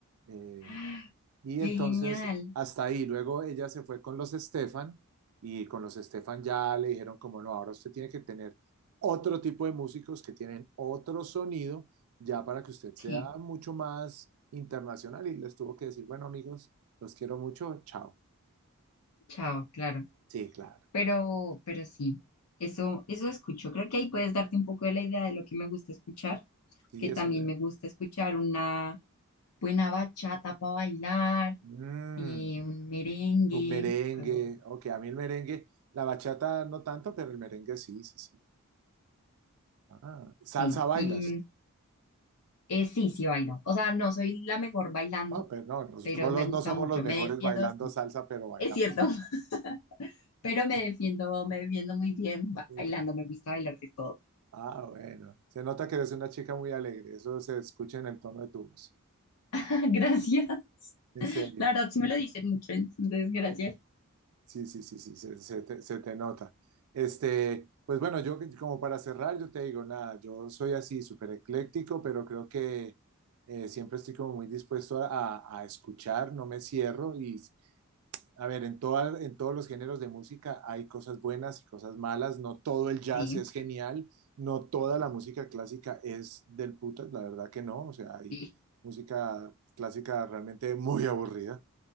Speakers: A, on the right; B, on the left.
A: eh,
B: <gasps> ¡Ah!
A: y
B: Qué
A: entonces
B: genial.
A: hasta ahí, luego ella se fue con los Estefan y con los Estefan ya le dijeron como no, ahora usted tiene que tener otro tipo de músicos que tienen otro sonido ya para que usted sea
B: Sí,
A: mucho más internacional y les tuvo que decir, bueno amigos, los quiero mucho, chao.
B: chao, claro.
A: Sí, claro.
B: Pero, pero sí, eso, eso escucho. Creo que ahí puedes darte un poco de la idea de lo que me gusta escuchar,
A: Sí,
B: que
A: eso,
B: también
A: vean.
B: me gusta escuchar una buena bachata para bailar,
A: Mm,
B: eh, un merengue,
A: un merengue,
B: cosas así.
A: ok, a mí el merengue, la bachata no tanto, pero el merengue sí, sí, sí. Ah,
B: Sí,
A: salsa bailas.
B: y mm, eh, sí, sí bailo. O sea, no soy la mejor bailando,
A: No, pero no, los
B: pero
A: rolos
B: me gusta
A: no somos
B: mucho,
A: los mejores
B: me defiendo
A: bailando
B: bastante.
A: salsa, pero bailamos
B: Es cierto,
A: salsa.
B: <laughs> pero me defiendo, me defiendo muy bien
A: Muy
B: bailando,
A: bien.
B: me gusta bailar de todo.
A: Ah, bueno. Se nota que eres una chica muy alegre. Eso se escucha en el tono de tu voz.
B: <laughs> Gracias.
A: En serio.
B: La verdad, sí me lo dicen mucho, entonces gracias.
A: Sí, sí, sí, sí, se, se te, se te nota. Este, pues bueno, yo como para cerrar, yo te digo, nada, yo soy así, súper ecléctico, pero creo que eh, siempre estoy como muy dispuesto a, a- a escuchar, no me cierro y A ver, en todas, en todos los géneros de música hay cosas buenas y cosas malas. No todo el jazz
B: Sí,
A: es genial, no toda la música clásica es del putas, la verdad que no. O sea, hay
B: sí,
A: música clásica realmente <laughs> muy aburrida.